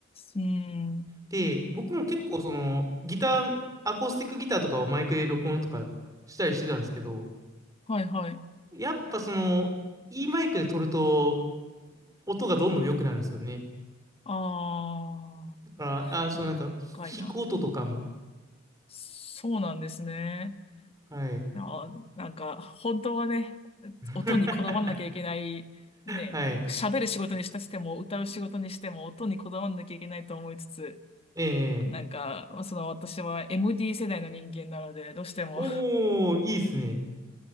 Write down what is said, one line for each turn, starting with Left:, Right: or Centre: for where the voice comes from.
Left: うん。
Right: で、僕も結構そのギター、アコースティックギターとかをマイクで録音とかしたりしてたんですけど、
Left: はいはい。
Right: やっぱその、いいマイクで撮ると音がどんどん良くなるんですよね。
Left: ああ、
Right: だから、あ、そのなんか弾く音とかも。
Left: いやー、深いな。そうなんですね。
Right: はい。
Left: いやー、なんか、本当はね、
Right: <laughs>
Left: 音にこだわらなきゃいけない、ね、
Right: はい。
Left: 喋る仕事にしたとしても、歌う仕事にしても、音にこだわらなきゃいけないと思いつつ、
Right: ええ
Left: なんか、その私は MD 世代の人間なので、どうしても、
Right: おー、いいっすね。